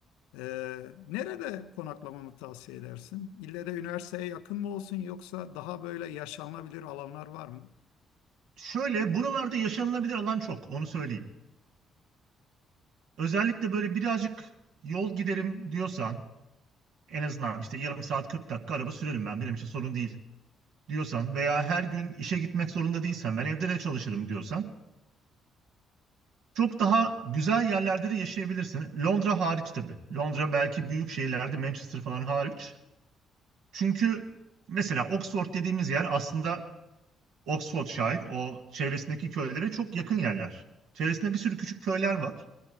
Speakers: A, on the left; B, on the right.
A: E, nerede konaklamamı tavsiye edersin? İlle de üniversiteye yakın mı olsun yoksa daha böyle yaşanılabilir alanlar var mı?
B: Şöyle buralarda yaşanılabilir alan çok onu söyleyeyim. Özellikle böyle birazcık yol giderim diyorsan en azından işte yarım saat 40 dakika araba sürerim ben benim için sorun değil diyorsan veya her gün işe gitmek zorunda değilsen ben evde de çalışırım diyorsan çok daha güzel yerlerde de yaşayabilirsin. Londra hariç tabii. Londra belki büyük şehirlerde Manchester falan hariç. Çünkü mesela Oxford dediğimiz yer aslında Oxfordshire, o çevresindeki köylere çok yakın yerler. Çevresinde bir sürü küçük köyler var.